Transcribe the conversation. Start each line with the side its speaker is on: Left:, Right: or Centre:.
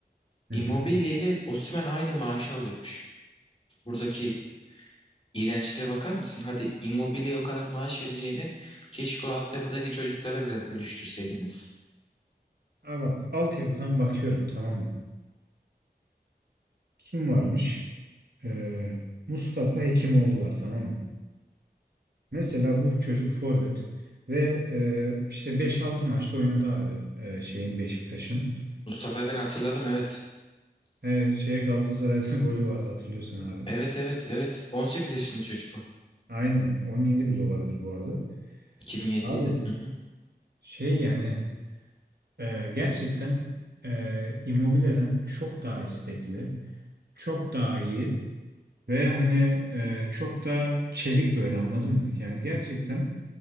Left: Immobile
Right: Hı hı.
Left: ile Osimhen aynı maaşı alıyormuş. Buradaki iğrençliğe bakar mısın? Hadi Immobile'ye o kadar maaş vereceğine keşke o altyapıdaki çocuklara biraz bölüştürseydiniz.
Right: Ha bak altyapıdan bakıyorum tamam mı? Kim varmış? Ee, Mustafa Hekimoğlu var tamam mı? Mesela bu çocuk forvet ve e, işte beş altı maçta oynadı abi e, şeyin Beşiktaş'ın.
Left: Mustafa'yı ben hatırladım evet.
Right: He, şeye Galatasaray'da <laughs> golü vardı hatırlıyorsan abi.
Left: Evet evet evet. 18 yaşında çocuk o.
Right: Aynen 17 bile olabilir bu arada.
Left: 2007'ydi.
Right: Abi
Left: Hı hı.
Right: şey yani e, gerçekten e, Immobile'den çok daha istekli, çok daha iyi ve hani e, çok daha çevik böyle anladın mı? Yani gerçekten